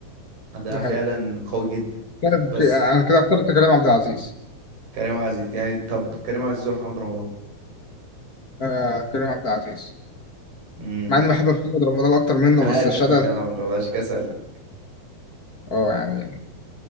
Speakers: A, on the right; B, on the left.
A: أداءها
B: ده
A: فعلا
B: حقيقي.
A: قوي جدا
B: طيب،
A: بس
B: ك- انا كده اخترت كريم عبد العزيز
A: كريم عبد العزيز يعني طب كريم عبد العزيز ولا محمد رمضان
B: آه كريم عبد العزيز
A: امم
B: مع اني بحب محمد رمضان اكتر منه
A: أنا
B: بس
A: عارف
B: الشهاده
A: إن أنت بتتكلم عن محمد رمضان عشان كده سألتك
B: اه يعني